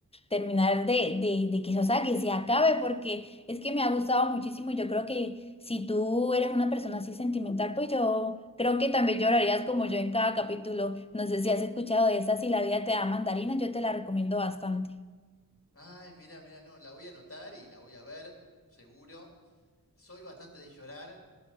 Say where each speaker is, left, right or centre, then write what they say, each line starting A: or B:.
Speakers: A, on the left; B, on the left.
A: terminar de, de, de que, o sea, que se acabe porque es que me ha gustado muchísimo. y Yo creo que si tú eres una persona así sentimental, pues yo creo que también llorarías como yo en cada capítulo. No sé si has escuchado de esa, si la vida te da mandarina, yo te la recomiendo bastante.
B: Ay, mirá, mirá, no, la voy a anotar y la voy a ver, seguro. Soy bastante de llorar